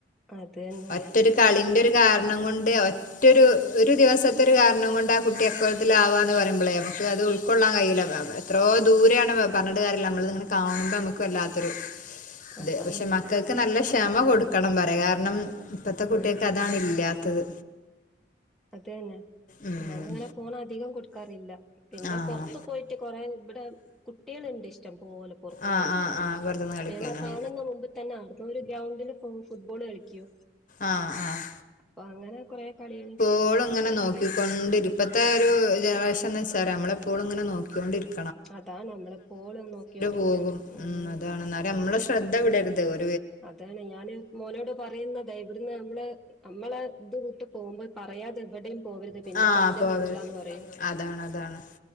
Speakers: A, in the centre; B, on the left.
A: അത് തന്നെ
B: മറ്റൊരു കളി. ൻ്റരു കാരണംകൊണ്ട് ഒറ്റരു ഒരു ദിവസത്തരു കാരണം കൊണ്ട് ആ കുട്ടി അക്കോൽത്തിലാവാന്ന് പറിമ്പളേ. നമക്ക് അത് ഉൾക്കൊള്ളാൻ കഴയില്ല എത്രോ ദൂരെണ് പറഞ്ഞട്ട കാര്യല്ല നമ്മളങ്ങനെ- കാണുമ്പോ ഞമക്ക് വല്ലാത്തൊരു
A: അതാണ്
B: ത് പക്ഷെ മക്കക്ക് നല്ല ക്ഷമ കൊടുക്കണം പറ- ണ്ട് കാരണം
A: അതാ
B: പ്പത്തെ
A: ഉം
B: കുട്ട്യേക്ക് അതാണ് ഇല്ലാത്തത്.
A: അത തന്നെ.
B: ഉം
A: ഞാനങ്ങനെ ഫോൺ അധികം കൊടുക്കാറില്ല. പിന്നെ
B: ആഹ്
A: പൊർത്ത് പോയിട്ട് കൊറെേ ഇവിടെ ട്ട്യള്ണ്ട് ഇഷ്ടം പോല പൊർത്തുന്ന്
B: ആഹ്
A: കളിക്ക്യാന്.
B: ആഹ് ആഹ് പുറത്തുന്ന് കളിക്കാനാ
A: പ്പ മ്മളെ കാണുന്ന മുമ്പ് തന്നെ പ്പൊ വര് ഗ്രൗണ്ടില് ഫു ഫുട്ബോള് കളിക്ക്യോ.
B: ആഹ് ആഹ്
A: അപ്പൊ അങ്ങനെ കൊറെേ കളിക
B: ഇപ്പോളും ഇങ്ങനെ നോക്കിക്കൊണ്ടിരി പ്പത്തെ ഒരു ജനറേഷൻന്ന് ച്ചാൽ നമ്മളെപ്പോളുംങ്ങനെ നോക്ക്യോണ്ടിരിക്ക
A: അതാ നമ്മളെപ്പോളും നോക്ക്യോണ്ട്ക്കണം
B: പോകും
A: ഉം.
B: അതാണ് എന്നാലും നമ്മളെ ശ്രദ്ധ വിടര്ത് ഒ-
A: അതാണ് ഞാന് മോനോട് പറയുന്നത ഇവിടുന്ന് നമ്മള്. അമ്മളെ ത് വ്ട്ട് പോവുമ്പൾ പറയാതെ എവിടിം പോവരുത് പിന്നെ
B: ആഹ്
A: കളിക്കാൻ
B: പോകൽ
A: വിടൂലന്ന് പറയു-
B: അതാണ് അതാണ്